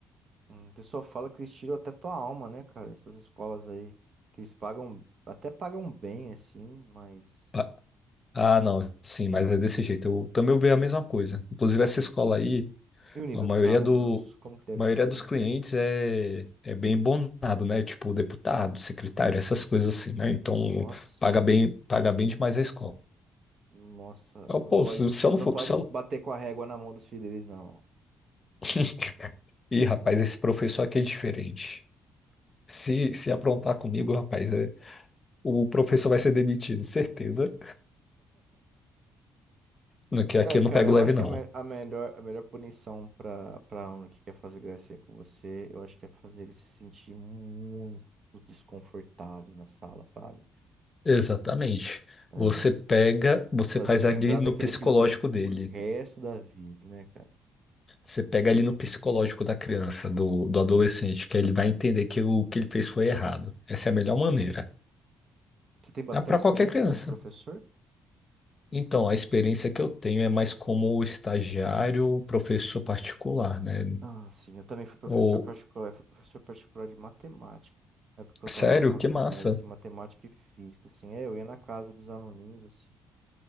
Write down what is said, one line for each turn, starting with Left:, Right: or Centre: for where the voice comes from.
Right: hum, o pessoal fala que eles tiram até tua alma, né, cara? Essas escolas aí que eles pagam, até pagam bem assim, mas
Left: Ah, ah, não, sim, mas é desse jeito. Eu também ouvi a mesma coisa. Inclusive, essa escola aí.
Right: e o nível
Left: A maioria
Right: dos alunos,
Left: do,
Right: como que deve
Left: a maioria
Right: ser,
Left: dos
Right: hein?
Left: clientes é, é bem bonado, né? Tipo deputado, secretário, essas coisas assim, né? Então
Right: Nossa.
Left: paga bem, paga bem demais a escola.
Right: Nossa,
Left: Eu, pô,
Right: não pode,
Left: se se eu
Right: não
Left: não for,
Right: pode
Left: se eu...
Right: bater com a régua na mão dos filhos deles, não.
Left: <laughs> Ih, rapaz, esse professor aqui é diferente. Se, se aprontar comigo, rapaz, é- o professor vai ser demitido, certeza. No que aqui
Right: É,
Left: eu
Right: cara,
Left: não pego
Right: eu
Left: leve,
Right: acho
Left: não.
Right: que a, me- a melhor, a melhor punição pra, pra um que quer fazer gracinha com você, eu acho que é fazer ele se sentir muito desconfortável na sala, sabe?
Left: Exatamente.
Right: É,
Left: Você pega, você
Right: fazer
Left: faz
Right: ele lembrar
Left: ali no
Right: daquele
Left: psicológico
Right: episódio
Left: dele.
Right: pro resto da vida, né, cara?
Left: Você pega ali no psicológico da criança, do, do adolescente, que ele vai entender que o que ele fez foi errado. Essa é a melhor maneira.
Right: Você tem bastante
Left: É para
Right: experiência
Left: qualquer criança.
Right: como professor?
Left: Então, a experiência que eu tenho é mais como estagiário, professor particular, né?
Right: Ah, sim, eu também fui professor
Left: Ou,
Right: particular, eu fui professor particular de matemática. Na época que eu tava
Left: sério,
Right: na faculdade,
Left: que massa.
Right: assim, matemática e física, assim, é, eu ia na casa dos aluninhos, assim,